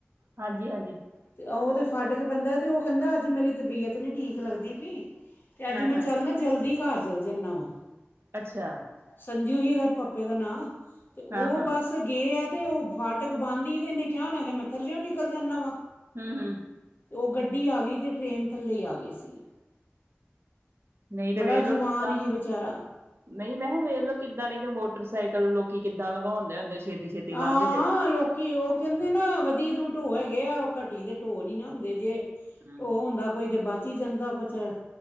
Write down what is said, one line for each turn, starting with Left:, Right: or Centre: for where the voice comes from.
Right: ਹਾਂਜੀ ਹਾਂਜੀ
Left: ਤੇ ਉਹ ਦੇ ਫਾਟਕ ਪੈਂਦਾ ਐ, ਤੇ ਉਹ ਕਹਿੰਦਾ ਅੱਜ ਮੇਰੀ ਤਬੀਅਤ ਨਹੀਂ ਠੀਕ ਲਗਦੀ ਪਈ ਤੇ ਅੱਜ
Right: ਹਾਂ-ਹਾਂ,
Left: ਮੈਂ ਚੱਲਣਾ, ਜਲਦੀ ਘਰ ਚੱਲਾ ਜਾਂਨਾ ਵਾਂ।
Right: ਅੱਛਾ
Left: ਸੰਜੂ ਹੀ ਹੈ, ਉਹਦੇ ਪਾਪੇ ਦਾ ਨਾਂ, ਤੇ ਉਹ
Right: ਹਾਂ-ਹਾਂ,
Left: ਬਸ ਗਏ ਆ ਤੇ ਉਹ ਫਾਟਕ ਬੰਦ ਹੀ ਦੇ, ਤੇ ਇਹਨੇ ਕਿਹਾ ਹੋਣਾ ਕਿ ਮੈਂ ਥੱਲਿਓ ਨਿਕਲ ਜਾਂਦਾ ਵਾ।
Right: ਹੂ ਹੂ
Left: ਉਹ ਗੱਡੀ ਆ ਗਈ, ਤੇ ਟਰੇਨ ਥੱਲੇ ਹੀ ਆ ਗਏ ਸੀ।
Right: ਨਹੀਂ ਤੇ
Left: ਬੜਾ
Right: ਵੇਹ
Left: ਜਵਾਨ
Right: ਲੋ ਕਿਦਾਂ
Left: ਹੀ ਵਿਚਾਰਾ
Right: ਨਹੀਂ ਮੈਂ ਕਿਹਾ ਵੇਖਲੋ ਕਿੱਦਾਂ, ਨਹੀਂ ਤੇ ਮੋਟਰਸਾਈਕਲ ਲੋਕੀ ਕਿੱਦਾਂ ਲਗਾਉਂਦੇ ਹੁੰਦੇ ਛੇਤੀ-ਛੇਤੀ
Left: ਹਾਂ,
Right: ਲੰਘ ਜੇ
Left: ਲੋਕੀ ਉਹ ਕਹਿੰਦੇ ਨਾ ਵਧੀਤ ਨੂੰ ਢੋ ਹੈਗੇ ਐ, ਉਹ ਘਟੀ ਦੇ ਢੋ ਨੀ ਨਾ ਹੁੰਦੇ। ਜੇ
Right: ਹੂੰ,
Left: ਢੋਹ ਉਹ ਹੁੰਦਾ ਕੋਈ ਤਾਂ ਬਚੀ ਜਾਂਦਾ, ਬਚਾਰਾ